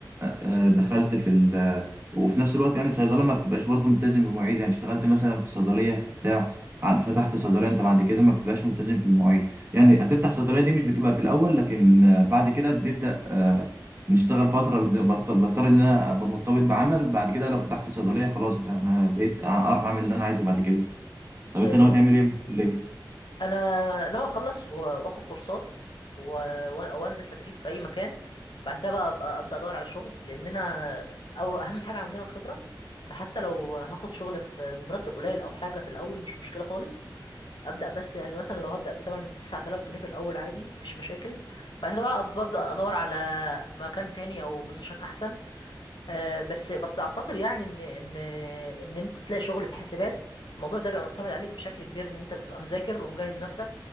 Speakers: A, on the right; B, on the left.
A: آه، دخلت في ال... وفي نفس الوقت يعني الصيدله ما بتبقاش برضه ملتزم بمواعيد يعني اشتغلت مثلا في صيدليه في بتاع فتحت صيدليه انت بعد كده ما بتبقاش ملتزم في المواعيد يعني هتفتح صيدلية دي مش بتبقى في الأول لكن آه، بعد كده بنبدأ آه، نشتغل فترة بن- برت- بضطر إن أنا أبقى مرتبط بعمل بعد كده لو فتحت صيدلية خلاص بقى أنا بقيت أعرف أعمل اللي أنا عايزه بعد كده طب أنت
B: ايوه
A: ناوي تعمل إيه بعد الكلية؟
B: انا ناوي اخلص و- واخد كورسات و- و- وانزل تدريب في اي مكان بعد كده بقى أبقى ابدا ادور على شغل لاننا او اهم حاجه عندنا الخبره فحتى لو هاخد شغل في بمرتب قليل او حاجه في الاول مش مشكله خالص ابدا بس يعني مثلا لو هبدا ب 8 9000 جنيه في الاول عادي مفيش مشاكل بعد كده بقى أب- ببدا ادور على مكان تاني او بوزيشن احسن آه، بس بس اعتقد يعني ان ان ان انت تلاقي شغل في حاسبات الموضوع ده بيبقى معتمد عليك بشكل كبير ان انت تبقى مذاكر ومجهز نفسك